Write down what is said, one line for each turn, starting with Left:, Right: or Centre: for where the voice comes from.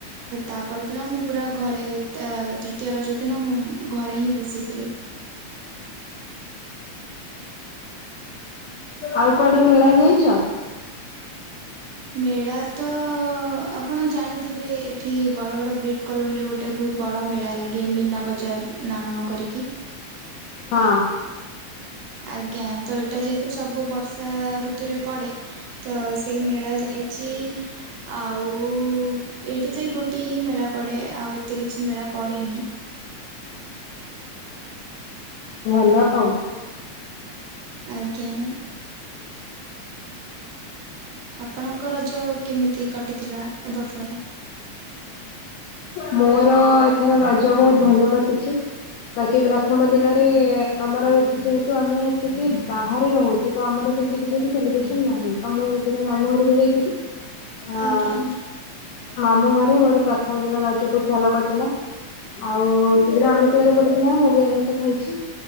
Right: ତାପରଦିନ ମୁଁ ପୁରା ଘରେ ତୃତୀୟ ରଜ ଦିନ ମୁଁ ଘରେ ହିଁ ବସିଥିଲି।
Left: ଆଉ କୁଆଡେ ମେଳା ଯାଇଛ?
Right: ମେଳା ତ ଆପଣ ଜାଣିଥିବେ ଏଠି ବଡଵଡ ବ୍ରିଡ କଲୋନୀରେ ଗୋଟେ ବହୁତ ବଡ ମେଳା ଲାଗେ ମୀନା ବଜାର ନାମ କରିକି।
Left: ହଁ।
Right: ଆଜ୍ଞା ତ ଏଇଟା ଯେହେତୁ ସବୁ ବର୍ଷା ଋତୁରେ ପଡେ ତ ସେଇ ମେଳା ଯାଇଛି ଆଉ ଏଇଠି ତ ଗୋଟିଏ ହିଁ ମେଳା ପଡେ ଆଉ ଏତେ କିଛି ମେଳା ପଡେନି।
Left: ହ୍ୟାଲୋ।
Right: ଆଜ୍ଞା। ଆପଣଙ୍କ ରଜ କେମିତି କଟିଥିଲା ଏ ବର୍ଷର?
Left: ମ ତ ଏଥର ରଜ ବହୁତ ଭଲ କଟିଛି। ବାକି ପ୍ରଥମ ଦିନରେ ଆମର ଏଠି ଯେହେତୁ ଆମେ ଏଟିକି ବାହାରେ ରହୁଛୁ ତ ଆମର ସେମିତି କିଛି ଏଠି ସେଇବ୍ରେସନ ନାହିଁ ମୁଁ ସେଥିପାଇଁ ମାମୁଁ ଘରକୁ ଯାଇଥିଲି। ହଁ
Right: ଆଜ୍ଞା ଆଜ୍ଞା।
Left: ମାମୁଁ ଘରେ ମୋର ପ୍ରଥମ ଦିନ ରଜ ବହୁତ ଭଲ କଟିଲା। ଆଉ ସେଦିନ ଆମିଷ ଵାର ପଡିଥିଲା ମୁଁ ବି ଆମିଷ ଖାଇଛି।